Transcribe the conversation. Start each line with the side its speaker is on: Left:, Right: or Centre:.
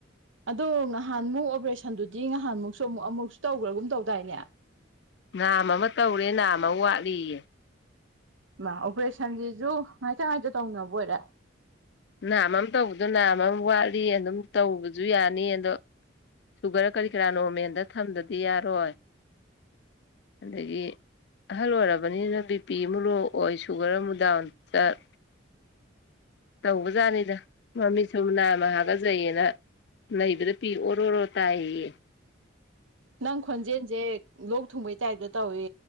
Right: ꯑꯗꯣ ꯅꯍꯥꯟꯃꯨꯛ ꯑꯣꯄꯔꯦꯁꯟꯗꯨꯗꯤ ꯅꯍꯥꯟꯃꯨꯛꯁꯨ ꯑꯃꯨꯛ ꯑꯃꯨꯛꯁꯨ ꯇꯧꯈ꯭ꯔꯥꯒꯨꯝ ꯇꯧꯗꯥꯏꯅꯦ
Left: ꯅꯥꯝꯃ ꯑꯃ ꯇꯧꯔꯦ ꯅꯥꯝꯃ ꯑꯃ ꯋꯥꯠꯂꯤꯌꯦ
Right: ꯑꯣꯄꯔꯦꯁꯟꯁꯤꯁꯨ ꯉꯥꯏꯇ ꯉꯥꯏꯇ ꯇꯧꯅꯕ ꯑꯣꯏꯔꯦ
Left: ꯅꯥꯝ ꯑꯃ ꯇꯧꯕꯗꯣ ꯅꯥꯝ ꯑꯃ ꯋꯥꯠꯂꯤ ꯑꯗꯨꯝ ꯇꯧꯕꯁꯨ ꯌꯥꯅꯤ ꯑꯗꯣ ꯁꯨꯒꯔ ꯀꯔꯤ ꯀꯔꯥ ꯅꯣꯔꯃꯦꯜꯗ ꯊꯝꯗꯗꯤ ꯌꯥꯔꯣꯏ ꯑꯗꯒꯤ ꯑꯍꯜ ꯑꯣꯏꯔꯕꯅꯤꯅ ꯕꯤ ꯄꯤ ꯑꯃꯨꯛ ꯂꯣꯛꯑꯣꯏ ꯁꯨꯒꯔ ꯑꯃꯨ ꯗꯥꯎꯟ ꯆꯠ ꯇꯧꯕꯖꯥꯅꯤꯗ ꯃꯃꯤꯠꯁꯨ ꯅꯥꯝꯃ ꯍꯥꯏꯒꯖꯩꯌꯦꯅ ꯂꯩꯕꯗ ꯄꯤ ꯑꯣꯏꯔꯣ ꯑꯣꯏꯔꯣ ꯇꯥꯢꯌꯦꯌꯦ
Right: ꯅꯪ ꯈꯣꯟꯖꯦꯟꯖꯦꯛ ꯂꯣꯛ ꯊꯨꯡꯕꯩ ꯇꯥꯏꯞꯇ ꯇꯧꯏ